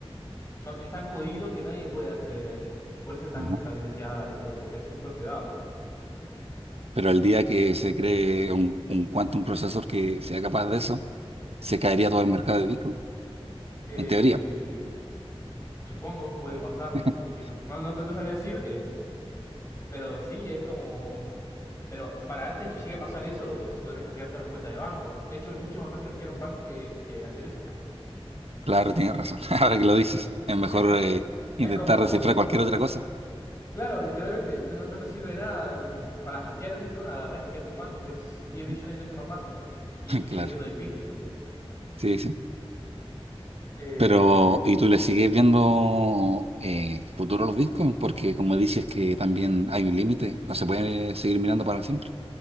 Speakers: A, on the left; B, on the right.
A: son- es tan jodido que nadie puede acceder a ello. Por eso es tan,
B: Ujú.
A: tan deseada la Bitcoin, porque es súper privada.
B: pero el día que se cree un, un quantum processor que sea capaz de eso, se caería todo el mercado de Bitcoin,
A: Eh,
B: en teoría.
A: supongo, puede pasar,
B: <laughs>
A: me imagino. No, no, no sabría decirte. Pero sí, es como... Pero para antes que llegue a pasar eso, ya se podrían hackear todas las cuentas de banco. De hecho, es mucho más fácil hackear un banco que, que hacer eso.
B: Claro, tienes razón. <laughs> Ahora que lo dices, es mejor
A: Es como...
B: eh,
A: Es
B: intentar
A: como...
B: descifrar cualquier otra cosa.
A: Claro, literalmente, no, no- no te sirve de nada. Tipo, para hackear Bitcoin, agarré y hackeate un banco, que es diez millones
B: <laughs>
A: de veces más fácil. Y eso sigue
B: Claro,
A: siendo difícil, ¿entendés?
B: sí, sí.
A: Eh,
B: Pero, ¿y tú le sigues viendo eh, futuro a los bitcoins? Porque como dices que también hay un límite, no se puede seguir mirando para siempre.